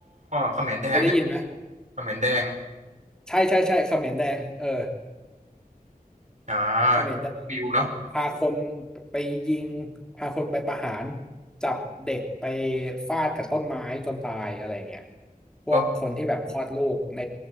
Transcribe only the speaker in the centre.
เคยได้ยินไหม
ใช่ใช่ใช่เขมรแดงเออ
เขมรแดงแบบพาคน
ไปยิงพาคนไปประหารจับเด็กไปฟาดกับต้นไม้จนตายอะไรเงี้ยพวกคนที่แบบคลอดลูกใน